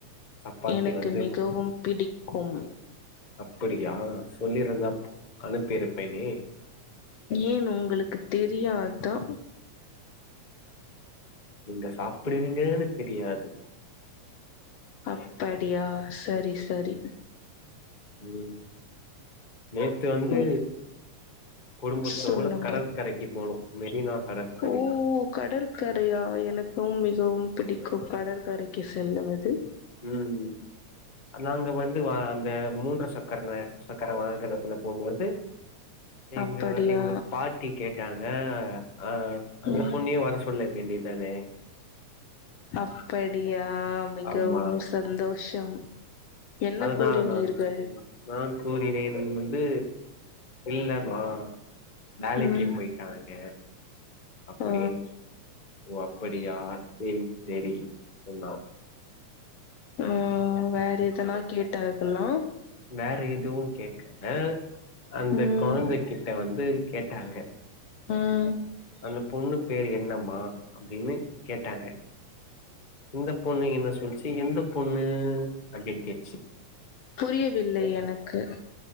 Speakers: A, on the left; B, on the left.
A: சப்பாத்தி
B: எனக்கு
A: வந்து
B: மிகவும் பிடிக்கும்
A: அப்படியா சொல்லிருந்தாப் அனுப்பி இருப்பேனே
B: ஏன் உங்களுக்கு தெரியாதா
A: நிங்க சாப்பிடுவீங்கன்னு தெரியாது
B: அப்படியா சரி சரி
A: உம் நேற்று வந்து
B: உ
A: குடும்பத்தோட
B: சொல்லுங்கள்
A: கடற்கரைக்கு போனோம் மெரினா கடற்கரைக்கு
B: ஓ கடற்கரையா எனக்கும் மிகவும் பிடிக்கும் கடற்கரைக்கு செல்லுவது
A: உம் நாங்க வந்து வா அந்த மூன்று சக்கரன சக்கர வாகனத்துல போம்போது எங்கவ
B: அப்படியா
A: எங்க பாட்டி கேட்டாங்க ஹ ஆஹ் அந்த
B: ம்,
A: பொண்ணியும் வர சொல்ல வேண்டியத் தனே
B: அப்படியா மிகவு
A: ஆமா
B: வும் சந்தோஷம் என்ன
A: அதுதா
B: கூறி
A: நான்
B: நீர்கள்
A: நான் கூறினேன் அது இல்ல வுவா நாளைக்கு
B: ம்
A: போயிட்டாங்க அப்படியென்
B: ஆ
A: சொல் ஓ அப்படியா செரி செரி சொல்லா
B: உஹம் வேற எதனா கேட்டாக்கல்லாம்
A: வேறேதூ கேக்கல அந்த
B: ம்
A: குழந்தைகிட்ட வந்து கேட்டாங்க
B: உஹம்
A: அ பொண்ணு பேர் என்னம்மா அப்படின்னு கேட்டாங்க இந்த பொண்ணு என்ன சொல்லிச்சு எந்த பொண்ணு அப்படி கேச்சு
B: புரியவில்லை எனக்கு